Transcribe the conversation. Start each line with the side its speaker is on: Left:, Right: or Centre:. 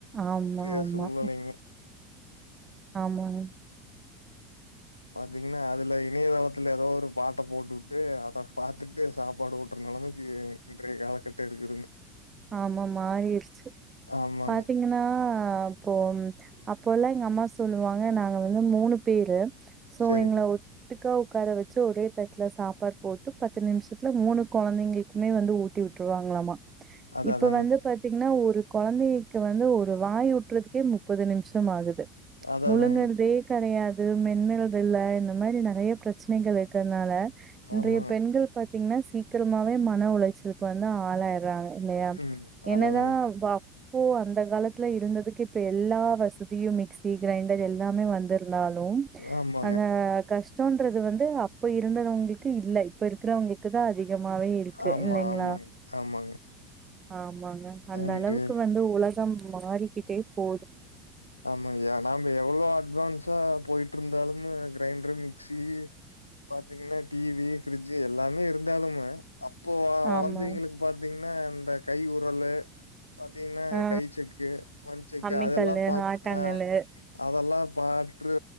Right: ஆமா
Left: இன்றைய
Right: ஆமா
Left: சூழ்நிலைங்க
Right: ஆமாங்க
Left: பாத்தீங்கன்னா அதுல இணையதளத்துல எதோ ஒரு பாட்ட போட்டு வுட்டு அத பாத்துட்டு சாப்பாடு ஊட்டுற நெலமைக்கு இன்றைய காலகட்ட இருக்குதுங்க
Right: ஆமா ஆமா ஆயிரிச்சு
Left: ஆமாங்க
Right: பாத்தீங்கன்னா அப்போ ம் அப்போல்லா எங்க அம்மா சொல்லுவாங்க நாங்க வந்து மூணு பேரு சோ
Left: சரிங்க
Right: எங்கள ஒத்துக் கா உக்கார வெச்சு ஒரே தட்ல சாப்பாடு போட்டு பத்து நிம்ஷத்துல மூணு கொழந்தைங்ளுக்மே வந்து ஊட்டி விட் றவாங்களாமா
Left: அத
Right: இப்போ
Left: அதாங்க
Right: வந்து பாத்தீங்ன்னா ஒரு கொழந்தைக்கு வந்து ஒரு வாய் ஊட்றதுக்கே முப்பது நிம்ஷம் ஆகுது
Left: அத
Right: முழுங்கற்தே
Left: அதாங்க
Right: கெடையா து மென்னுறதில்ல இந்த மாரி நெறைய ப்ரெச்சனைகள் இருக்கிறனால இன்றைய
Left: ஆமாங்க
Right: பெண்கள் பாத்தீங்ன்னா சீக்கிரமாவே மன உளைச்சலுக்கு வந்து ஆளாய்றாங்க இல்லையா
Left: ம் அத
Right: என்னதா
Left: அதாங்க
Right: த அப்போ அந்த காலத்ல இருந்ததுக்கு இப்ப எல்லா வசதியுமே இதுல இந்தது எல்லாமே வந்திருந்தாலு
Left: ஆமாங்க
Right: அந்த கஷ்டோன்றது வந்து இப்ப இருந்தவங்ளுக்கு இல்ல இப்ப இருக்கிறவங்களுக்கு தா அதி கமாவே இருக்கு
Left: ஆமா
Right: இல்லைங்ளா
Left: ஆமாங்க ஆமாங்க
Right: ஆமாங்க அந்தளவுக்கு
Left: இன்றைய
Right: வந்து உலகம் மாறிக்கிட்டே போ
Left: ஆமா எ நாம்ப எவ்வளோ அட்வான்ஸா போய்ட்ருந்தாலுமு க்ரைண்ட்ரு மிக்சி பாத்தீங்கன்னா டிவி ஃப்ரிஜ்ஜு எல்லாமே இருந்தாலுமே அப்போ வளந்தீவிங்களுக்கு
Right: ஆமா.
Left: பாத்தீங்ன்னா இந்த கை உரலு பாத்தீங்ன்னா
Right: ஆ
Left: கை செக்கு மண் செக்கு
Right: அம்மிக்கல்லு,
Left: அதெல்லா பாத்
Right: ஆட்டாங்கல்லு.
Left: அ அதெல்லா பாற்று